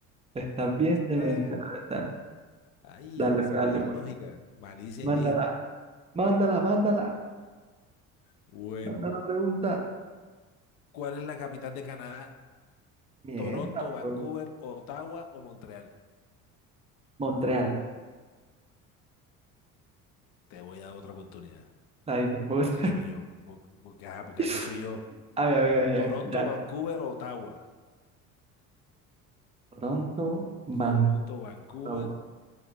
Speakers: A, on the right (about 15°); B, on the left (about 60°).
A: Estás bien demente,
B: Eh,
A: la verdad.
B: ay,
A: Dale,
B: eso
A: pues,
B: es
A: dale, pues.
B: lógica. Malicia
A: Mándala,
B: indígena.
A: mándala, mándala.
B: Bueno,
A: Manda la pregunta.
B: ¿cuál es la capital de Canadá?
A: Mierda,
B: ¿Toronto, Vancouver,
A: pero.
B: Ottawa o Montreal?
A: Montreal.
B: Te voy a dar otra oportunidad.
A: Ay, huevos.
B: Porque soy yo. por- Porque, ajá, porque
A: <laughs>
B: así soy yo.
A: A ver, a ver, a ver.
B: Toronto,
A: Ya.
B: Vancouver, Ottawa.
A: Toronto, Vancouver,
B: Toronto, Vancouver
A: Ottawa.